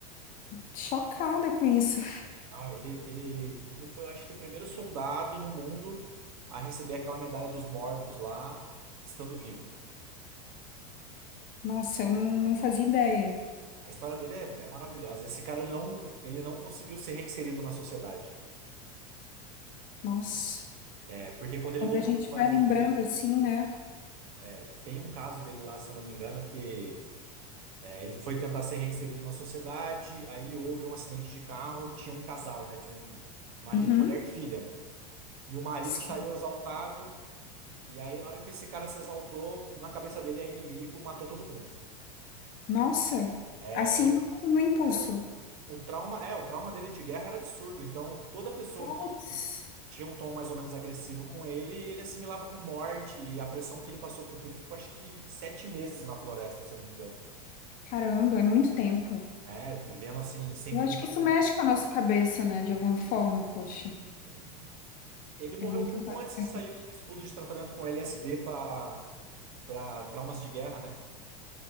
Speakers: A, on the left; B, on the right.
A: Chocada com isso.
B: Não, ele, ele, ele foi, eu acho que, o primeiro soldado no mundo a receber aquela medalha dos mortos lá, estando vivo.
A: Nossa, eu não, não fazia ideia.
B: A história dele é, é maravilhosa. Esse cara, ele não, ele não conseguiu ser reinserido na sociedade.
A: Nossa.
B: É, porque quando ele
A: Quando
B: voltou
A: a gente
B: pro país
A: vai lembrando
B: dele,
A: assim, né?
B: é, tem um caso dele lá, se eu não me engano, que é, ele foi tentar ser reinserido na sociedade, aí houve um acidente de carro, tinha um casal, né? Tinha um, um marido,
A: Uhum.
B: mulher e filha. E o marido
A: Sim.
B: saiu exaltado, e aí na hora que esse cara se exaltou, na cabeça dele é inimigo, matou todo mundo.
A: Nossa.
B: É,
A: Assim
B: ele não.
A: no, no impulso.
B: é, O trauma, é, o trauma dele de guerra era absurdo. Então, toda pessoa
A: Putz.
B: que tinha um tom mais ou menos agressivo com ele, ele assimilava com morte e a pressão que ele passou, porque ele ficou acho que sete meses na floresta, se eu não me engano.
A: Caramba, é muito tempo.
B: É, vivendo assim, sem
A: Eu
B: contato
A: acho que isso
B: nenhum.
A: mexe com a nossa cabeça, né? De alguma forma, poxa.
B: Foi- Ele morreu
A: É muito
B: um pouco
A: impactante.
B: antes de sair um estudo de tratamento com LSD para para traumas de guerra, né?